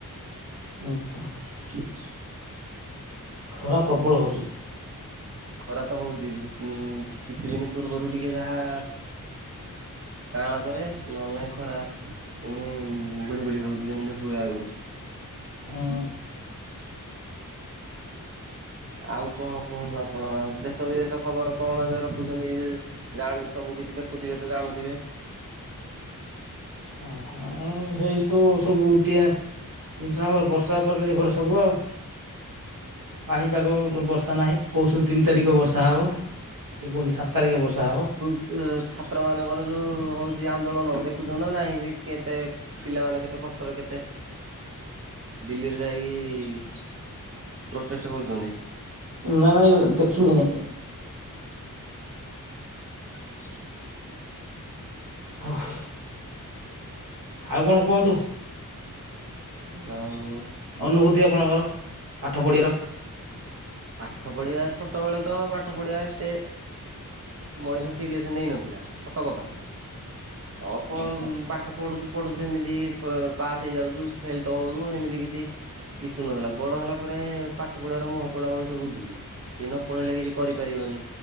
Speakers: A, on the right (about 70°); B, on the right (about 45°).
A: ଓ ହ <unintelligible>
B: <unintelligible>
A: ଖରା ପ୍ରବଳ ହଉଜି।
B: ଖରା ତ ହଉଚି <unintelligible> କିଛି ଦିନ ପୂର୍ବରୁ ଟିକେ ଯାହା କାଳ କରେ ନ ହେଲେ ନାହିଁ ଖରା ପୁଣି ଗୁଳିଗୁଳି ହଉଜି ଯେମିତି ହୁଏ ଆଗୁରୁ।
A: ଉଁ।
B: ଆଉ କଣ କୁହନ୍ତୁ ଆ ଆପଣ ଦେଶ ବିଦେଶ ଖବର କଣ ଏବେ ରଖୁଛନ୍ତି ଜାଣୁ ସବୁ କିଛି ଦେଖୁଥିବେ ତ ଜାଣୁଥିବେ?
A: ହ ହଁ ହେଇତ ସବୁ ଉଟିଆ। ଜିନିଷ ଆମର ବର୍ଷା ଉପରେ ନିର୍ଭର ସବୁ ଆଉ। ପାଣିପାଗ ବର୍ଷା ନାହିଁ କି କହୁଛନ୍ତି ତିନି ତାରିଖ ବର୍ଷା ହବ, କିଏ କହୁଛି ସାତ ତାରିଖ ବର୍ଷା ହବ?
B: ଉ ଛାତ୍ରମାନଙ୍କର ଯୋଉ ହଉଛି ଆନ୍ଦୋଳନ ଦେଖୁଛନ୍ତି ନା ନାଇଁ ଯେ କେତେ ପିଲାମାନେ କେତେ କଷ୍ଟରେ କେତେ ଦିଲ୍ଲୀରେ ଯାଇକି ପ୍ରୋଟେଷ୍ଟ କରୁଛନ୍ତି।
A: ନାଁ ଭାଇ ଦେଖିନି କାଇଁ?
B: <unintelligible>
A: ହଉ ଆଉ କଣ କୁହନ୍ତୁ?
B: ନା ଆଉ
A: ଅନୁଭୂତି ଆପଣଙ୍କର ପାଠ ପଢ଼ିବାର?
B: ପାଠ ପଢ଼ିବା ଛୋଟ ବେଳେ ତ ପାଠ ପଢ଼ିବା ଏତେ ମଣିଷ ସିରିଏସ୍ ନେଇ ନଥିଲା ସତ କଥା, ଅଳପ
A: ଆଚ୍ଛା।
B: ଉଁ ପା ଠ ପଢୁଛୁ ପଢୁଛୁ ହେମିତି ପ୍ ପାସ୍ ହେଇଯାଉଛୁ ଫେଲ୍ ତ ହଉନୁ ହେମିତି କିଛି ଇଶୁ ନ ଥିଲା ବଡ ହେଲା ପରେ ପାଠ ପଢିବାର ମହତ ପତଳା ମଣିଷ ବୁଝୁଛି, କି ନ ପଢ଼ିଲେ କିଛି କରିପାରିବନି,